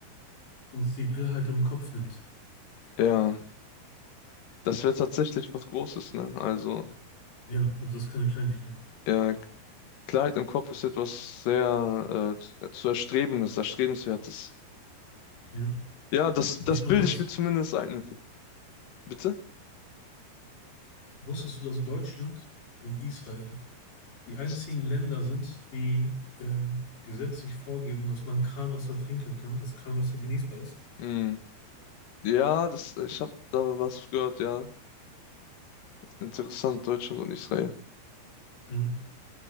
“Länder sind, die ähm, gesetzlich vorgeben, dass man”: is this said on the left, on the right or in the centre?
Left